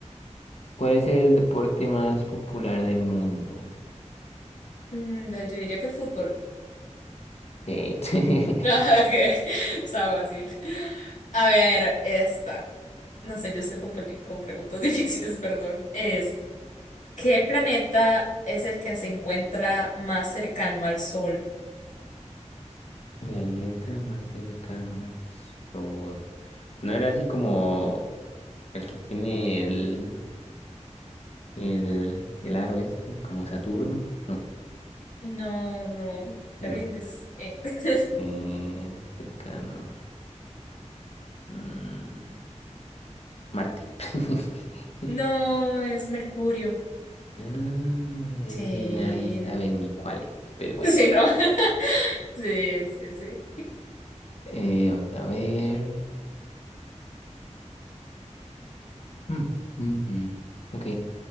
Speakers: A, on the left (about 55°); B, on the left (about 85°).
A: ¿Cuál es el deporte más popular del mundo?
B: mm, yo diría que el fútbol. <laughs>
A: Sí. <laughs>
B: Ah, ok, Está fácil. A ver, esta. No sé, yo estoy con, peli- con preguntas <laughs> difíciles, perdón. Es, ¿qué planeta es el que se encuentra más cercano al Sol?
A: Planeta más cercano al Sol. ¿No era así como el que tiene el, el, el aro este, como Saturno? No,
B: No, no,
A: no.
B: te rindes. Eh, <laughs>
A: Eh, cercano. Mm, Marte. <laughs>
B: No, es Mercurio.
A: Ah, ese
B: Sí.
A: nadie sabe ni cuál es, pero bueno.
B: Sí, ¿no? <laughs> Sí, sí, sí.
A: Eh, vamos a ver. Mm, mm, mm. Ok.